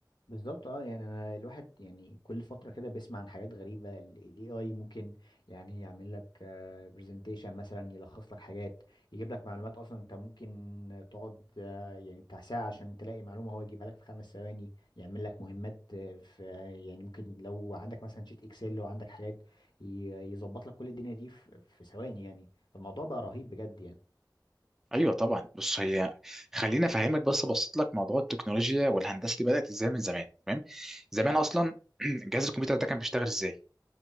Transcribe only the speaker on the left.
بالظبط اه يعني انا الواحد يعني كل فتره كده بيسمع عن حاجات غريبه الاي اي ممكن يعني يعمل لك برزنتيشن مثلا يلخص لك حاجات يجيب لك معلومات اصلا انت ممكن تقعد آه، يعني بتاع ساعه عشان تلاقي معلومه هو يجيبها لك في خمس ثواني يعمل لك مهمات آه، في يعني ممكن لو عندك مثلا شيت اكسل لو عندك حاجات ي- يظبط لك كل الدنيا دي في في ثواني يعني فالموضوع بقى رهيب بجد يعني